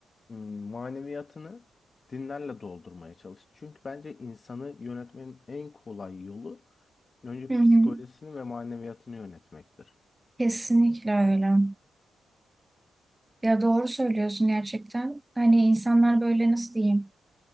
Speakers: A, on the left; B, on the right.
A: m, maneviyatını dinlerle doldurmaya çalıştı. Çünkü bence insanı yönetmenin en kolay yolu önce
B: Hı hı.
A: psikolojisini ve maneviyatını yönetmektir.
B: Kesinlikle öyle. Ya doğru söylüyorsun gerçekten. Hani insanlar böyle nasıl diyeyim?